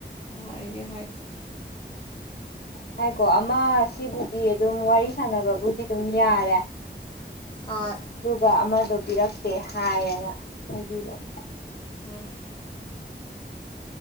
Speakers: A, on the left; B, on the left.
A: ꯍꯥꯏꯒꯦ ꯍꯥꯏꯒꯦ
B: ꯍꯥꯏꯀꯣ ꯑꯃ ꯁꯤꯕꯨꯗꯤ ꯑꯗꯨꯝ ꯋꯥꯔꯤ ꯁꯥꯟꯅꯕꯕꯨꯗꯤ ꯑꯗꯨꯝ ꯌꯥꯔꯦ
A: ꯍꯣꯏ
B: ꯑꯗꯨꯒ ꯑꯃꯗ ꯄꯤꯔꯛꯇꯦ ꯍꯥꯏꯌꯦꯅ ꯍꯥꯏꯕꯤꯔꯝ
A: ꯍꯝ